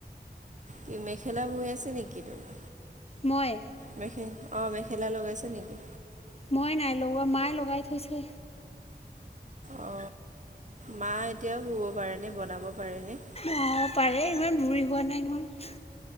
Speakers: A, on the right; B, on the left.
A: কি, মেখেলা বুই আছে নেকি, তুমি।
B: মই।
A: মেখেল অ, মেখেলা লগাইছে নেকি?
B: মই নাই লগোৱা, মায়ে লগাই থৈছে।
A: অ, মা এতিয়াও, শুব পাৰেনে, বনাব পাৰেনে?
B: অ, পাৰে, ইমান বুৰি হোৱা নাই নহয়।